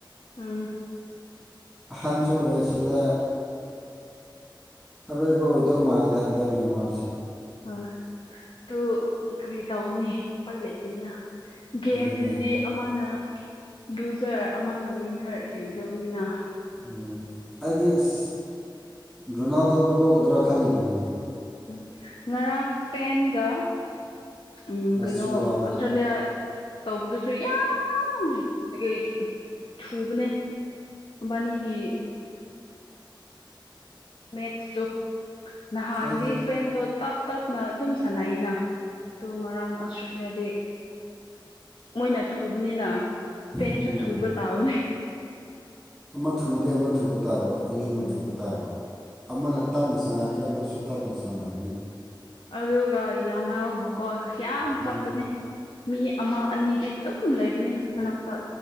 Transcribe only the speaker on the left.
ꯎꯝ
ꯑ ꯗꯨ ꯀꯔꯤ ꯇꯧꯅꯤ ꯄꯩ ꯂꯩꯇꯦꯅ ꯒꯦꯝꯗꯗꯤ
ꯑꯃꯅ ꯂꯨꯖꯔ ꯑꯃꯅ ꯋꯤꯟꯅꯔ ꯂꯩꯒꯗꯕꯅꯤꯅ
ꯎ ꯉꯔꯥꯡ ꯁꯄꯦꯟꯒ ꯎꯝ
ꯀꯩꯅꯣ ꯑꯣꯁꯇ꯭ꯔꯦꯂꯤꯌꯥ ꯇꯧꯕꯗꯨꯁꯨ ꯌꯥꯝ ꯀꯩꯀꯩ ꯊꯨꯕꯅꯦ ꯃꯕꯥꯟꯅꯤꯒꯤ ꯃꯦꯠꯁꯇꯨ ꯅꯍꯥꯟꯗꯤ
ꯏꯁꯄꯦꯟꯗꯣ ꯇꯞ ꯇꯞꯅ ꯑꯗꯨꯝ ꯁꯥꯟꯅꯩꯅ ꯇꯣ ꯉꯔꯥꯡ ꯑꯁꯇ꯭ꯔꯦꯂꯤꯌꯥꯗꯤ ꯃꯣꯏꯅ ꯊꯨꯕꯅꯤꯅ ꯏꯁꯄꯦꯟꯁꯨ
ꯊꯨꯕ ꯇꯥꯕꯅꯦ꯫
ꯎꯝ
ꯑꯗꯨꯒ ꯌꯥꯝꯃꯕꯣꯀꯣ ꯌꯥꯝ
ꯆꯞꯄꯅꯦ ꯃꯤ ꯑꯃ ꯑꯅꯤꯗꯤ ꯑꯗꯨꯝ ꯂꯩꯕꯅꯦ ꯃꯅꯥꯛꯇ